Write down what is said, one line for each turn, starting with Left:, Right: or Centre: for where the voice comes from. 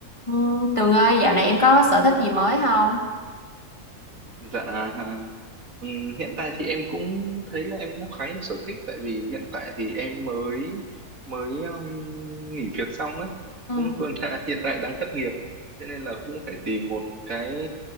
Left: Ừ, Tường ơi, dạo này em có sở thích gì mới không?
Right: Dạ, à, ừm, hiện tại thì em cũng thấy là em cũng khá nhiều sở thích tại vì hiện tại thì em mới mới um, nghỉ việc xong ấy,
Left: Ừ.
Right: cũng vừa là <laughs> hiện tại đang thất nghiệp, thế nên là cũng phải tìm một cái